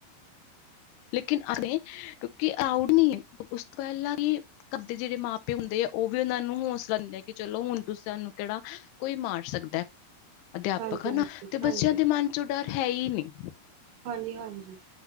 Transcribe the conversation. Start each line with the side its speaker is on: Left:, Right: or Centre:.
Left: ਲੇਕਿਨ ਅਤੇ ਕਿਉਂਕਿ, ਅਰਾਊਡ ਨਈ ਉਸ ਤੋਂ ਪਹਿਲਾਂ ਈ ਘਰਦੇ ਜਿਹੜੇ ਮਾਂ-ਪਿਓ ਹਦੇ ਆ, ਉਹ ਵੀ ਨੂੰ ਹੌਸਲਾ ਦਿੰਦੇ ਆ। ਕਿ, ਚਲੋ ਹੁਣ ਤੁਸੀਂ ਸਾਨੂੰ ਕਿਹੜਾ ਓਈ ਮਾਰ ਸਕਦਾ ਅਧਿਆਪਕ,
Right: ਹਾਂਜੀ
Left: ਹਨਾ। ਤੇ
Right: ਹਾਂਜੀ
Left: ਬੱਚਿਆਂ ਦੇ ਮਨ ਚੋਂ ਡਰ ਹੈ ਹੀ ਨਈ
Right: ਹਾਂਜੀ-ਹਾਂਜੀ